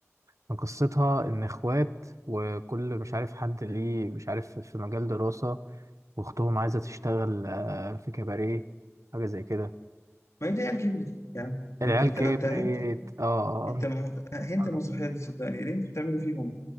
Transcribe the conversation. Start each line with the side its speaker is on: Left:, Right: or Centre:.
Right: كان قصتها إن إخوات وكل مش عارف حد ليه مش عارف في مجال دراسة وأختهم عايزة تشتغل آه، في كباريه حاجة زي كده
Left: ما هي دي عيال كبرت يا عم
Right: العيال
Left: ده أنت أنت
Right: كبرت
Left: أنت أنت
Right: اه
Left: أنت م- أهنت
Right: آه،
Left: المسرحية دي صدقني اللي أنت بتعمله فيهم